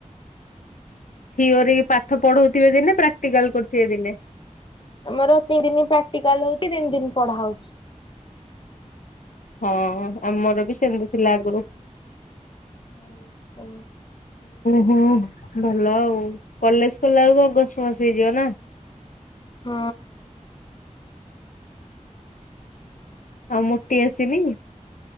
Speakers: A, on the left; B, on the left.
A: ଥିଓରି ପାଠ ପଢଉଥିବେ ଦିନେ ପ୍ରାକ୍ଟିକାଲ କରୁଥିବେ ଦିନେ?
B: ଆମର ତିନି ଦିନ ପ୍ରାକ୍ଟିକାଲ ହଉଛି ତିନି ଦିନ ପଢା ହଉଛି।
A: ହଁ ଆମର ବି ସେମିତି ଥିଲା ଆଗରୁ। <inaudible>
B: ହଉ ହଉ।
A: ହଁ ଭଲ ଆଉ। କଲେଜ ଗଲା ବେଳକୁ ଅଗଷ୍ଟ ମାସ ହେଇଯିବ ନା।
B: ହଁ।
A: ଆଉ ମୋଟି ଆସିନି।